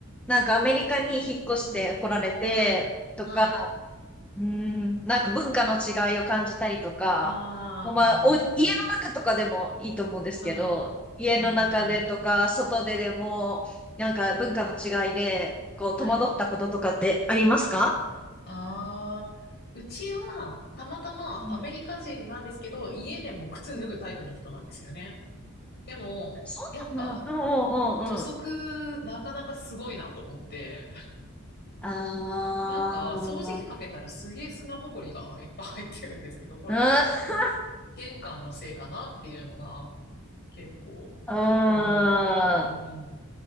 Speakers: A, in the centre; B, on the left.
A: なんかアメリカに引っ越して来られてとか、
B: うん。はい。はい。
A: うん、なんか文化の違いを感じたりとか、
B: ああ、
A: もうまあ、
B: う
A: お、家の
B: ん。
A: 中とかでもいいと思うんですけど、
B: うん。
A: 家の中でとか、
B: うん。
A: 外ででも、なんか文化の違いで、こう、
B: はい。
A: 戸惑ったこととかってありますか
B: ああ、うちは、たまたまアメリカ人なんですけど、
A: うん。
B: 家でも靴脱ぐタイプの人なんですよね。
A: うん。
B: でも、
A: そうなんだ。
B: やっぱ、
A: うんうんうんうん。
B: 土足、なかなかすごいなと思って、
A: ああ、
B: なんか、掃除機かけたらすげえ砂ぼこりがいっぱい入ってるんですけど、これは、
A: うん。
B: 玄関のせいかなっていうのが、結構、
A: うん。
B: 思う。うん。